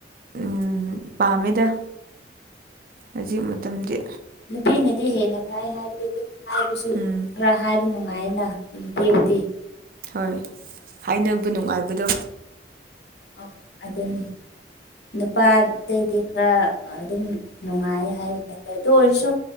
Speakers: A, on the right; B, on the left.
A: ꯎꯝ ꯄꯥꯝꯃꯦꯗ ꯍꯧꯖꯤꯛ ꯃꯇꯝꯗꯤ
B: ꯅꯨꯄꯤꯅꯗꯤ ꯍꯦꯟꯅ ꯐꯩ ꯍꯥꯏꯕꯗꯤ ꯑꯗꯨꯝ ꯍꯥꯏꯕꯁꯨ
A: ꯎꯝ
B: ꯈꯔ ꯍꯥꯏꯕ ꯅꯨꯡꯉꯥꯏꯅ ꯎꯝ ꯄꯦꯕꯨꯇꯤ
A: ꯍꯣꯏ ꯍꯥꯏꯅꯕ ꯅꯨꯡꯉꯥꯏꯕꯗꯣ
B: ꯑꯧ ꯑꯗꯨꯅꯦ ꯅꯨꯄꯥꯗꯩꯗꯤ ꯈꯔ ꯑꯗꯨꯝ ꯅꯨꯡꯉꯥꯏꯌꯦ ꯍꯥꯏꯕꯇꯥꯔꯦ ꯑꯗꯨ ꯑꯣꯏꯔꯁꯨ